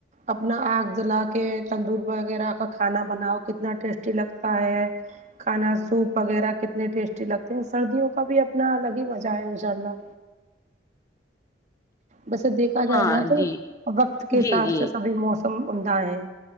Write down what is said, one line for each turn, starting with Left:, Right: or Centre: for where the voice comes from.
Right: اپنا آگ جلا کے تندور وغیرہ کا کھانا بناؤ کتنا ٹیسٹی لگتا ہے کھانا سوپ وغیرہ کتنے ٹیسٹی لگتے ہیں سردیوں کا بھی اب نہ الگ ہی مزہ ہے انشاء اللہ ویسے دیکھا جائے
Left: ہاں
Right: نا تو
Left: جی
Right: وقت کے حساب
Left: جی جی
Right: سے سبھی موسم عمدہ ہے